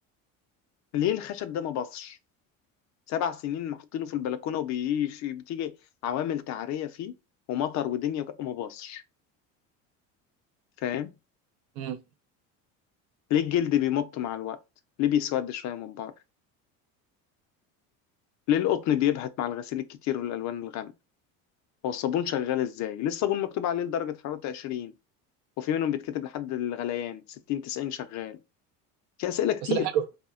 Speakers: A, on the left; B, on the right.
A: ليه الخشب ده ما باصش سبع سنين محطينه في البلكونه وبيجي بتيجي عوامل تعريه فيه ومطر ودنيا وك- وما باصش فاهم
B: امم
A: ليه الجلد بيمط مع الوقت ليه بيسود شويه من بره ليه القطن بيبهت مع الغسيل الكتير والالوان الغامقه هو الصابون شغال ازاي ليه الصابون مكتوب عليه لدرجه حراره 20 وفي منهم بيتكتب لحد الغليان 60 90 شغال في اسئله كتير
B: اسئله حلوه